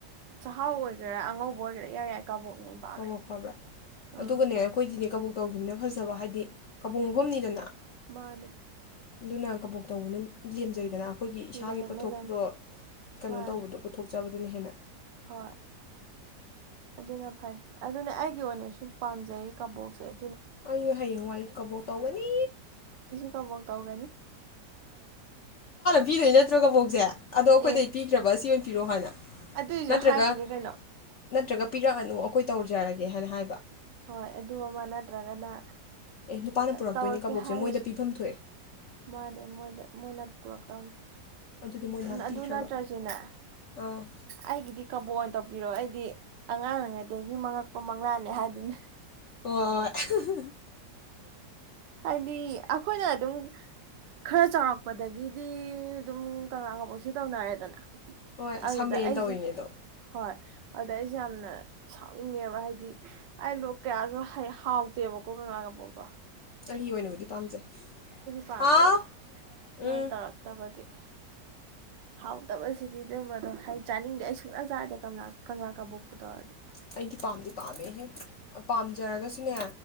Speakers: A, on the right; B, on the left.
A: ꯆꯥꯛꯍꯥꯎ ꯑꯣꯏꯒꯦꯔꯥ ꯑꯉꯧꯕ ꯑꯣꯏꯒꯦꯔꯥ ꯌꯥꯏ ꯌꯥꯏ ꯀꯕꯣꯛꯅ ꯍꯦꯟꯅ ꯄꯥꯝꯃꯦ
B: ꯀꯕ
A: ꯑꯩ
B: ꯈꯕ꯭ꯔꯥ ꯑꯗꯨꯒꯅꯦ
A: ꯎꯝ
B: ꯑꯩꯈꯣꯏꯗꯤꯅꯦ ꯀꯕ ꯇꯧꯈꯤꯕꯅ ꯐꯖꯕ ꯍꯥꯏꯗꯤ ꯀꯕꯨꯡ ꯑꯍꯨꯝꯅꯤꯗꯅ
A: ꯃꯥꯅꯦ
B: ꯑꯗꯨꯅ ꯀꯕꯣꯛ ꯇꯧꯕꯅ ꯂꯦꯝꯖꯩꯗꯅ ꯑꯩꯈꯣꯏ ꯑꯩꯈꯣꯏꯒꯤ ꯏꯁꯥꯒꯤ
A: ꯂꯦꯝꯃꯦ
B: ꯄꯣꯊꯣꯛꯇꯣ
A: ꯂꯦꯝꯃꯦ
B: ꯀꯩꯅꯣ
A: ꯃꯥꯅꯦ
B: ꯇꯧꯕꯗꯣ ꯄꯨꯊꯣꯛꯆꯕ ꯑꯗꯨꯅ ꯍꯦꯟꯅ
A: ꯍꯣꯏ ꯑꯗꯨꯅ ꯐꯩ ꯑꯗꯨꯅ ꯑꯩꯒꯤ ꯑꯣꯏꯅꯁꯨ ꯄꯥꯝꯖꯩ ꯀꯕꯨꯣꯛꯁꯦ
B: ꯑꯩꯁꯨ ꯍꯌꯦꯡꯋꯥꯏ ꯀꯕꯣꯛ ꯇꯧꯒꯅꯤ
A: ꯀꯐꯧ ꯇꯧꯒꯅꯤ
B: ꯅꯨꯄꯤꯗꯩ ꯅꯠꯇ꯭ꯔꯣꯒꯕꯣꯛꯁꯦ ꯑꯗꯣ ꯑꯩꯈꯣꯏꯗꯩ
A: ꯑꯦ
B: ꯄꯤꯈ꯭ꯔꯕ ꯁꯤ ꯑꯣꯏꯅ ꯄꯤꯔꯣ ꯍꯥꯏꯅ
A: ꯑꯗꯨꯏꯁꯨ
B: ꯅꯠꯇ꯭ꯔꯒ
A: ꯍꯥꯏꯗꯣꯏꯅꯦ ꯀꯩꯅꯣ
B: ꯅꯠꯇ꯭ꯔꯒ ꯄꯤꯔꯛꯑꯅꯨ ꯑꯩꯈꯣꯏ ꯇꯧꯖꯔꯒꯦ ꯍꯥꯏꯅ ꯍꯥꯏꯕ
A: ꯍꯣꯏ ꯑꯗꯨ ꯑꯃ ꯅꯠꯇ꯭ꯔꯒꯅ
B: ꯑꯦ ꯅꯨꯄꯥꯅ ꯄꯨꯔꯛꯇꯣꯏꯅꯦ
A: ꯇꯧꯔꯛꯀꯦ
B: ꯀꯕꯣꯛꯁꯦ
A: ꯍꯥꯏꯔꯁꯨ
B: ꯃꯣꯏꯗ ꯄꯤꯐꯝ ꯊꯣꯛꯑꯦ
A: ꯃꯥꯅꯦ ꯃꯣꯏꯗ ꯃꯣꯏꯅ ꯄꯨꯔꯛꯇꯧꯅꯤ
B: ꯑꯗꯨꯗꯤ ꯃꯣꯏ ꯅꯍꯥꯟ ꯄꯤꯈ꯭ꯔꯕ
A: ꯑꯗꯨ ꯅꯠꯇ꯭ꯔꯁꯨꯅꯦ
B: ꯑꯥ
A: ꯑꯩꯒꯤꯗꯤ ꯀꯕꯣꯛ ꯐꯣꯟ ꯇꯧꯕꯤꯔꯛꯑꯣ ꯑꯩꯗꯤ ꯑꯉꯥꯡꯉꯩꯗꯒꯤ ꯃꯪꯉꯛꯄ ꯃꯪꯂꯥꯅꯦ ꯍꯥꯏꯗꯨꯅ
B: ꯍꯣꯏ ꯍꯣꯏ
A: ꯍꯥꯏꯗꯤ ꯑꯩꯈꯣꯏꯅ ꯑꯗꯨꯝ ꯈꯔ ꯆꯥꯎꯔꯛꯄꯗꯒꯤꯗꯤ ꯑꯗꯨꯝ ꯀꯪꯂꯥ ꯀꯕꯣꯛꯁꯦ ꯇꯧꯅꯔꯦꯗꯅ
B: ꯍꯣꯏ
A: ꯑꯗꯨꯗ
B: ꯁꯝꯃꯦꯅ
A: ꯑꯩꯁꯦ
B: ꯇꯧꯔꯤꯅꯦ ꯑꯗꯣ
A: ꯍꯣꯏ ꯑꯗꯨꯗ ꯑꯩꯁꯦ ꯌꯥꯝꯅ ꯁꯥꯎꯅꯤꯡꯉꯦꯕ ꯍꯥꯏꯗꯤ ꯑꯩꯗꯣ ꯀꯌꯥꯁꯨ ꯍꯥꯎꯇꯦꯕꯀꯣ ꯀꯪꯂꯥ ꯀꯕꯣꯛꯇꯣ
B: ꯑꯩꯒꯤ ꯑꯣꯏꯅꯕꯨꯗꯤ ꯄꯥꯝꯖꯩ
A: ꯄꯝꯗꯦꯕ
B: ꯍꯥꯎ ꯎꯝ
A: ꯃꯣꯏ ꯇꯧꯔꯛ ꯇ ꯑꯃꯒꯤꯒꯤ ꯍꯥꯎ ꯇꯕꯁ ꯁꯤꯗꯤ ꯑꯗꯨꯝ ꯑꯗꯣ ꯍꯥꯏ ꯆꯥꯅꯤꯡꯗꯦ ꯑꯩ ꯁꯨꯡꯅ ꯆꯥꯗꯦ ꯀꯪꯂꯥ ꯀꯪꯂꯥ ꯀꯕꯣꯛꯄꯨ ꯇꯧꯔꯗꯤ
B: ꯑꯩꯗꯤ ꯄꯥꯝꯗꯤ ꯄꯥꯝꯃꯦꯍꯦ ꯄꯥꯝꯖꯔꯒꯁꯨꯅꯦ